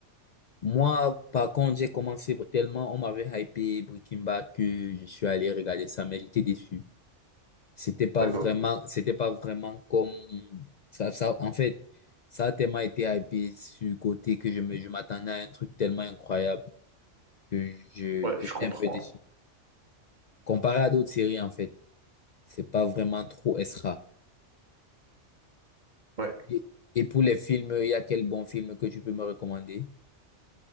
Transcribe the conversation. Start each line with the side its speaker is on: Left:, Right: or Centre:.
Left: Moi, par contre, j'ai commencé tellement, on m'avait hypé Breaking Bad que je suis allé regarder ça, mais j'étais déçu. C'était pas
Right: D'accord.
Left: vraiment, c'était pas vraiment comme ça, ça, en fait, ça a tellement été hypé sur le côté que je me, je m'attendais à un truc tellement incroyable que je,
Right: Ouais,
Left: j'étais
Right: je comprends.
Left: un peu déçu. Comparé à d'autres séries, en fait, c'est pas vraiment trop extra.
Right: Ouais.
Left: Et, et pour les films, il y a quel bon film que tu peux me recommander?